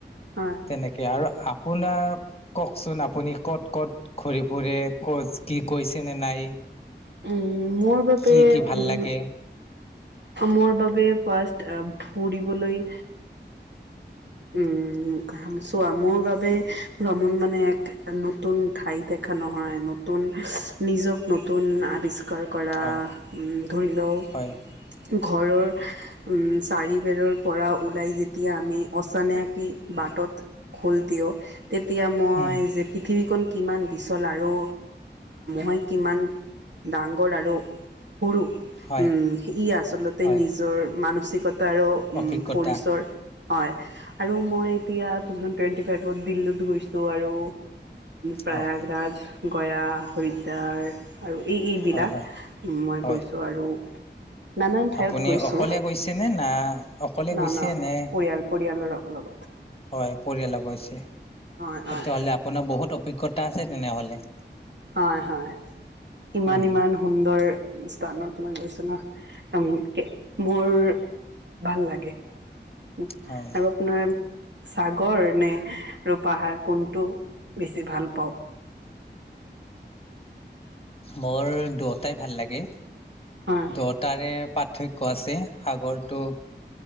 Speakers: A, on the right (about 70°); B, on the left (about 30°).
A: হয়।
B: তেনেকে আৰু আপোনাৰ কওঁকচোন আপুনি ক'ত - ক'ত ঘূৰি ফুৰে কত কি কৈছে নে নাই।
A: উম, মোৰ বাবে
B: কি কি ভাল
A: উম,
B: লাগে
A: মোৰ বাবে ফাৰ্ষ্ট ফুৰিবলৈ উম, চোৱা মোৰ বাৱে ভ্ৰমণ মানে এক নতুন ঠাই দেখা নহয় নতুন নিজক নতুন আৱিষ কাৰ কৰা
B: হয়
A: ধৰি লও
B: হয়
A: ঘৰৰ উম, চাৰিবেৰৰ পৰা ওলাই যেতিয়া আমি অচানেকি বাটত খোজ দিওঁ তেতিয়া মই
B: উম
A: যে পৃথিৱীকণ কিমান বিচল আৰু মই কিমান ডাঙৰ আৰু সৰু
B: হয়
A: ই আচলতে
B: হয়
A: নিজৰ মানসিকতা তাৰো
B: অভিজ্ঞতা
A: পৰিচৰ হয় আৰু মই এতিয়া টু থাউজেণ্ড টুৱেণ্টি ফাইভত দিল্লীত গৈছোঁ আৰু প্ৰয়াগৰাজ,
B: অ হয়
A: গয়া, হৰিদ্যাৰ আৰু এই এইবিলাক
B: হয় হয়
A: মই
B: হয়
A: গৈছোঁ আৰু নানান ঠাইত
B: আপুনি
A: গৈছো
B: অকলে গৈছেনে না অকলে
A: না
B: গৈছে
A: না
B: নে
A: পৰিয়াল পৰিয়ালৰ লগত।
B: হয় পৰিয়ালো গৈছে
A: হয় হয়
B: তেতিয়াহলে আপোনাৰ বহুত অভিজ্ঞতা আছে তেনেহলে।
A: হয় - হয়, ইমান
B: উম
A: - ইমান সুন্দৰ স্থানত মই গৈছো ন <unintelligible> মোৰ ভাল লাগে আৰু
B: হয়
A: আপোনাৰ চাগৰ নে আৰু পাহাৰ কোনটো বেছি ভাল পাওঁ।
B: মোৰ দুয়টাই ভাল লাগে।
A: হয়
B: দুটাৰে পাৰ্থক্য আছে সাগৰটো